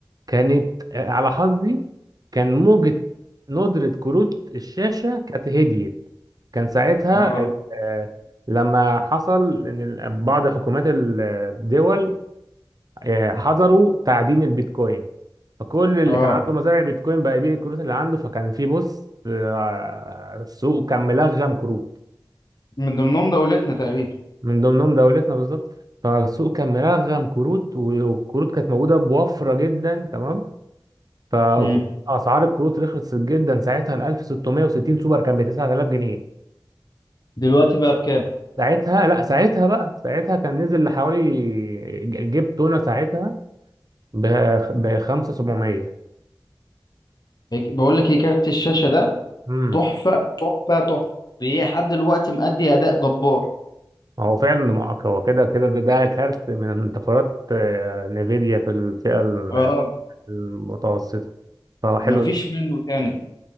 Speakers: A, on the right; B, on the left.
A: كانت آه، على حظي كان موجة ندرة كروت الشاشة كانت هديت كان ساعتها
B: اه
A: ال- آه، لما حصل إن ال- بعض حكومات الدول آه، حظروا تعدين البيتكوين فكل اللي
B: اه
A: كان عنده مزارع بيتكوين بقى يبيع الكروت اللي عنده فكان في بص آه، السوق كان ملغم كروت
B: من ضمنهم دولتنا تقريبا
A: من ضمنهم دولتنا بالظبط فالسوق كان ملغم كروت والكروت كانت موجودة بوفرة جدا تمام فاسعار
B: امم
A: الكروت رخصت جدا ساعتها ال 1660 سوبر كان ب 9000 جنيه
B: دلوقتي بقى بكام
A: ساعتها لا ساعتها بقى ساعتها كان نزل لحوالي ج- جيب تونه ساعتها ب 5700
B: بيج- بقول لك ايه كارت الشاشه ده
A: امم
B: تحفه تحفه تحفه لحد دلوقتي مأدي اداء جبار
A: هو فعلا معاك هو كده كده ده ده كارت من انتفاضات نفيديا في الفئه ال-
B: اه
A: المتوسطه فهو حلو
B: مفيش منه تاني